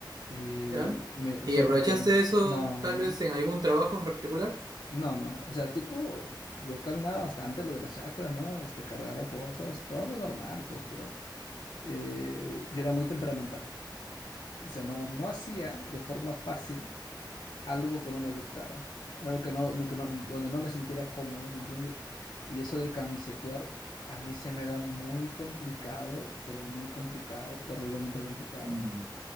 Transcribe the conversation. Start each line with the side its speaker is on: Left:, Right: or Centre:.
Left: Y
Right: ¿ya?
Left: me,
Right: ¿Y
Left: siempre
Right: aprovechaste
Left: mi hermano.
Right: eso
Left: No,
Right: tal
Left: no.
Right: vez en algún trabajo en particular?
Left: No, no. O sea, tipo, yo caminaba bastante lo de las chakras, ¿no? Este, cargaba cosas, todo lo normal, pues, pero eh, yo era muy temperamental. O sea, no, no hacía de forma fácil algo que no me gustara, algo que no, no- que no, donde no me sintiera cómodo, ¿me entiendes? Y eso de camisetear a mí se me da muy complicado, pero muy complicado, terriblemente complicado.
Right: Mm.